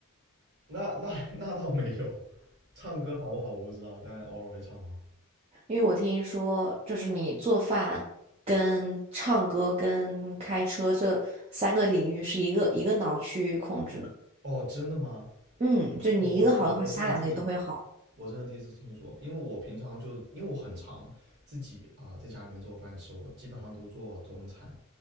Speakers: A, on the right; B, on the right.
A: 那那那倒没有，唱歌好不好我不知道，但偶尔会唱啊。
B: 因为我听说，就是你做饭、跟唱歌、跟开车这三个领域是一个一个脑区控制的。
A: 哦，真的吗？
B: 嗯，就你一个好的话，
A: 哦我还我我第一次听说，
B: 其他两个也都会好。
A: 我真的第一次听说，因为我平常就因为我很常自己啊、在家里面做饭吃，我基本上都做中餐，